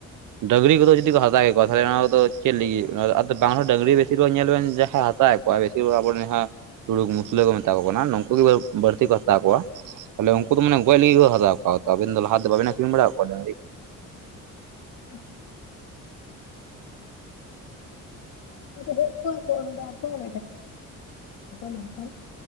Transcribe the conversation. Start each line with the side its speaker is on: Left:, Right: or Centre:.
Right: ᱰᱟᱹᱝᱜᱨᱤ ᱠᱚᱫᱚ ᱡᱩᱫᱤ ᱠᱚ ᱦᱟᱛᱟᱣ ᱠᱮᱫ ᱠᱚᱣᱟ ᱛᱟᱦᱚᱞᱮ ᱚᱱᱟ ᱠᱚᱫᱚ ᱪᱮᱫ ᱞᱤᱜᱤᱫ ᱟᱫᱚ ᱵᱟᱝᱦᱚᱸ ᱰᱟᱹᱝᱜᱨᱤ ᱵᱮᱥᱤᱨ ᱧᱮᱞ ᱵᱮᱱ ᱡᱟᱦᱟᱸᱟᱭ ᱦᱟᱛᱟᱣᱮᱫ, ᱵᱮᱥᱤᱨ ᱵᱷᱟᱜᱽ ᱟᱵᱚᱨᱮᱱ ᱡᱟᱦᱟᱸ ᱛᱩᱲᱩᱠ ᱢᱩᱥᱞᱟᱹ ᱠᱚ ᱢᱮᱛᱟ ᱠᱚ ᱠᱟᱱᱟ ᱱᱩᱠᱩ ᱜᱮ ᱵᱟᱹᱲᱛᱤ ᱠᱚ ᱦᱟᱛᱟᱣ ᱠᱚᱣᱟ, ᱛᱟᱦᱞᱮ ᱱᱩᱠᱩ ᱫᱚ ᱢᱟᱱᱮ ᱜᱮᱡ ᱞᱤᱜᱤᱫ ᱠᱚ ᱦᱟᱛᱟᱣ ᱠᱚᱣᱟ ᱟᱵᱮᱱ ᱫᱚ ᱞᱟᱦᱟ ᱛᱮ ᱵᱟᱵᱮᱱ ᱟᱹᱠᱷᱤᱧ ᱵᱟᱲᱟᱣᱟ ᱰᱟᱹᱜᱽᱨᱤ?
Left: <inaudible> <inaudible> ᱛᱟᱠᱚᱣᱟ ᱢᱮ ᱱᱠᱷᱟᱱ